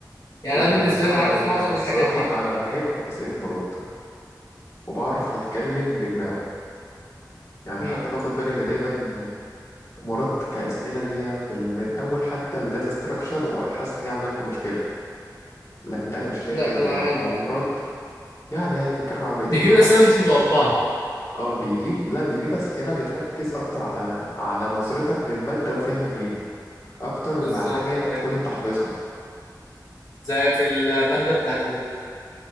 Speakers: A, on the left; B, on the left.
A: يعني
B: لا
A: انا بالنسبه
B: أنا الصراحة
A: لي انا عارف معظم
B: يعني الصراحة
A: الحاجات دي
B: أنا بحب أسئلة مراد وبعرف أتكلم بدماغه يعني
A: امم
B: حتى باخد بالي إن دايما مراد كأسئلة اللي هي في ال- من أول حتى الداتا ستراكشر وحاسس إن هي عاملة لكم مشكلة لكن لا انا مش شايف
A: لا
B: كده
A: انا
B: هو
A: عادي
B: هو مراد يعني يعني بتكلم على بقيه
A: بيجيب
B: الدفعه
A: الاسئله مش متوقعه
B: اه بيجيب لا بيجيب اسئله بتركز اكتر على على نظرتك للماده وفهمك ليها اكتر
A: بالظبط
B: ما حاجه
A: ايوه
B: تكون انت حافظها
A: زي في الماده بتاعت